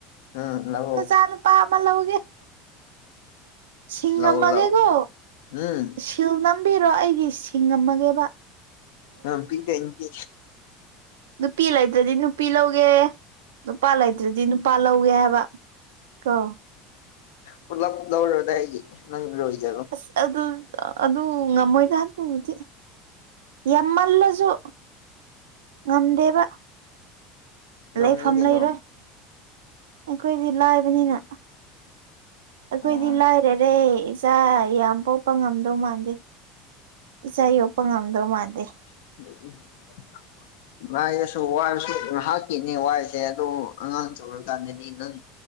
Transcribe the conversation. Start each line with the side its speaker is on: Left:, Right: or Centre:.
Left: ꯎꯝ ꯂꯧꯑꯣ
Right: ꯅꯆꯥ ꯅꯨꯄꯥ ꯑꯃ ꯂꯧꯒꯦ ꯁꯤꯡ
Left: ꯂꯧ
Right: ꯉꯝꯃꯒꯦꯀꯣ
Left: ꯂꯧ ꯍꯝ
Right: ꯁꯤꯜ ꯅꯝꯕꯤꯔꯣ ꯑꯩꯒꯤ ꯁꯤꯡꯉꯝꯃꯒꯦꯕ
Left: ꯍꯥ ꯄꯤꯗꯩꯅꯤ ꯄꯤ
Right: ꯅꯨꯄꯤ ꯂꯩꯇꯗꯤ ꯅꯨꯄꯤ ꯂꯧꯒꯦ ꯅꯨꯄꯥ ꯂꯩꯠ ꯇꯔꯥꯗꯤ ꯅꯨꯄꯥ ꯂꯧꯒꯦ ꯍꯥꯏꯕ ꯀꯣ
Left: ꯄꯨꯂꯞ ꯂꯧꯔꯣꯗꯥ ꯑꯩꯒꯤ ꯅꯪ ꯂꯣꯏꯖꯔꯣ
Right: ꯏꯁ ꯑꯗꯨ ꯑꯗꯨ ꯉꯝꯃꯣꯏꯗ ꯑꯗꯨꯕꯨꯗꯤ ꯌꯥꯝꯃꯜꯂꯖꯨ ꯉꯝꯗꯦꯕ
Left: ꯉꯝꯅꯤ
Right: ꯂꯩꯐꯝ
Left: ꯀꯩꯅꯣ
Right: ꯂꯩꯔꯣꯏ ꯑꯩꯈꯣꯏꯗꯤ ꯂꯥꯏꯕꯅꯤꯅ ꯑꯩꯈꯣꯏꯗꯤ
Left: ꯎꯝ
Right: ꯂꯥꯏꯔꯔꯦ ꯆꯥ ꯌꯥꯝ ꯄꯣꯛꯄ ꯉꯝꯗꯧ ꯃꯥꯟꯗꯦ ꯏꯆꯥ ꯌꯣꯛꯄ ꯉꯝꯗꯧ ꯃꯥꯟꯗꯦ
Left: <unintelligible> ꯉꯥꯏꯔꯁꯨ ꯋꯥꯔꯁꯨ ꯉꯥꯍꯥꯛꯀꯤꯅꯦ ꯋꯥꯏꯁꯦ ꯑꯗꯨ ꯑꯉꯥꯡ ꯆꯥꯎꯔꯛꯀꯥꯟꯗꯗꯤ ꯅꯪ